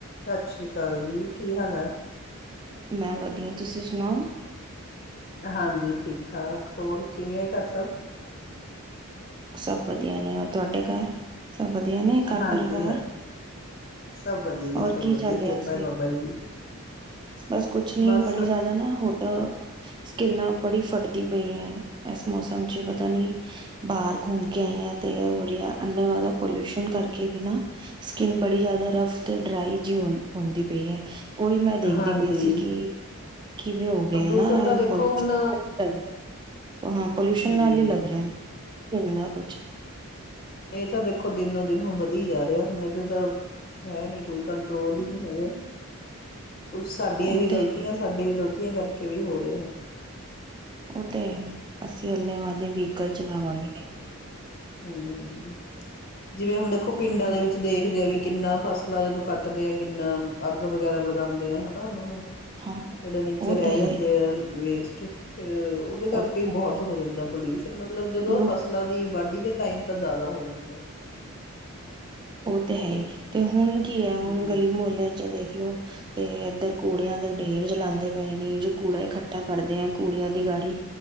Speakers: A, on the left; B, on the right.
A: ਸਤਿ ਸ੍ਰੀ ਕਾਲ ਜੀ। ਕੀ ਹਾਲ ਐ?
B: ਮੈਂ ਵਧੀਆ। ਤੁਸੀ ਸੁਣਾਔ?
A: ਹਾਂਜੀ ਠੀਕ-ਠਾਕ। ਹੋਰ ਕਿਵੇਂ ਆ ਘਰ ਸਭ?
B: ਸਭ ਵਧੀਆਂ ਨੇਂ। ਹੋਰ ਤੁਹਾਡੇ ਘਾਰ? ਸਬ ਵਧੀਆਂ ਨੇਂ ਘਰ
A: ਹਾਂਜੀ
B: ਪਰਿਵਾਰ?
A: ਹਾਂਜੀ ਸਭ ਵਧੀਆ ਜੀ
B: ਹੋਰ
A: ਸਭ
B: ਕੀ
A: ਵਧੀਆ
B: ਚੱਲ ਰਿਹਾ
A: ਕਿਰਪਾ
B: ਸੀ?
A: ਹੈ ਬਾਬਾ ਜੀ ਦੀ।
B: ਬਸ ਕੁੱਛ ਨੀ,
A: ਬਸ
B: ਬੜੇ ਜ਼ਿਆਦਾ ਨਾਂ ਹੋਟਲ ਸਕਿਨ ਨਾ ਬੜੀ ਫਟਦੀ ਪਈ ਐ ਏਸ ਮੌਸਮ ਚ, ਪਤਾਂ ਨੀਂ ਬਾਹਰ ਘੁੰਮ ਕੇ ਆਈ ਆਂ ਤੇ ਇਹ ਹੋ ਰਿਹਾ ਅੰਨੇਵਾਹ ਦਾ ਪੋਲਊਸ਼ਨ ਕਰਕੇ ਵੀ ਨਾਂ ਸਕਿਨ ਬੜੀ ਜ਼ਿਆਦਾ ਰਫ ਤੇ ਡਰਾਈ ਜਿਹੀ ਹੁੰ ਹੁੰਦੀ ਪਈ ਏ। ਉਈ ਮੈਂ ਦੇਖਦੀ
A: ਹਾਂਜੀ
B: ਪਈ ਸੀ ਕਿ ਕਿਵੇਂ ਹੋ
A: ਪ੍ਰਦੂਸ਼ਣ
B: ਗਏ ਨਾਂ ਇਹ
A: ਤਾਂ ਦੇਖੋ
B: ਪੋਲ
A: ਹੁਣ
B: <unintelligible> ਅ ਹਾਂ ਪੋਲਿਊਸ਼ਨ
A: ਹਮ
B: ਨਾਲ਼ ਈ ਲੱਗ ਰਿਹੈ। ਹੁਣ ਨਾ ਕੁੱਛ
A: ਏ ਤਾਂ ਦੇਖੋ ਦਿਨੋਂ-ਦਿਨ ਹੁੱਬਦ ਵਧੀ ਜਾਂ ਰਿਐ। ਹੁਣ ਇਹਦੇ ਤਾਂ ਹੈਂ ਨੀਂ ਕੋਈ ਕੰਟ੍ਰੋਲ ਹੀ ਨਹੀਂ ਹੈਗਾ। ਕੁੱਛ ਸਾਡੀ
B: ਉਹ
A: ਵੀ
B: ਤੇ
A: ਗ਼ਲਤੀਆਂ,
B: ਹੈ ਹੀ,
A: ਸਾਡੀ ਵੀ ਗ਼ਲ ਤੀਆਂ ਕਰਕੇ ਵੀ ਹੋ ਰਿਹਾ ਇਹ।
B: ਔ ਤੇ ਹੈ ਈ ਅਸੀਂ ਇੰਨੇ ਵਾਦੇ ਵ੍ਹੀਕਲ ਚ ਨਾਂ ਵਾੜਿਏ
A: ਹੂੰ ਜਿਵੇਂ ਹੁਣ ਦੇਖੋ ਪਿੰਡਾਂ ਦੇ ਵਿੱਚ ਦੇਖਦੇ ਆ ਵੀ ਕਿੰਨਾਂ ਫਸ ਲਾਂ ਜਦੋਂ ਕੱਟਦੇ ਐ ਕਿੰਨਾਂ ਅੱਗ ਵਗ਼ੈਰਾ ਲਗਾਉਂਦੇ ਆ ਹੈਨਾ ਉਹਨਾਂ ਨੂੰ।
B: ਹਾਂ
A: ਜਿਹੜੇ ਨੀਚੇ
B: ਉਹ
A: ਰਹਿ
B: ਤੇ
A: ਜਾਂਦੇਂ
B: ਹੈ ਹੀ,
A: ਆ ਵੇਸਟ ਫ਼ਿਰ ਉਹਦੇ ਕਰਕੇ
B: ਉਹ ਤੇ
A: ਵੀ ਬਹੁਤ
B: ਹੈ
A: ਹੋ ਜਾਂਦਾ। ਪੋਲਯੁਸ਼ਨ ਮਤਲਬ ਜਦੋਂ
B: ਲੋਕ
A: ਫ਼ਸਲਾਂ ਦੀ ਏ ਵਾਢੀ ਦੇ ਟਾਈਮ ਤਾਂ ਜ਼ਿਆਦਾ ਹੋ ਜਾਂਦੈ।
B: ਔ ਤੇ ਹੈ ਈ ਤੇ‌ ਹੁਣ ਕੀ ਐ ਹੁਣ
A: ਹਮ
B: ਗਲ਼ੀ ਮੁਹੱਲਿਆਂ ਚ ਵੇਖ ਲੋ ਤੇ ਇੱਧਰ ਕੂੜਿਆਂ ਦੇ ਢੇਰ ਜਲਾਂਦੇ ਪਏ ਨੇ। ਜੋ ਕੂੜਾ ਇਕੱਠਾ ਕਰਦੇ ਆਂ ਕੂੜਿਆਂ ਦੀ ਗਾੜੀ,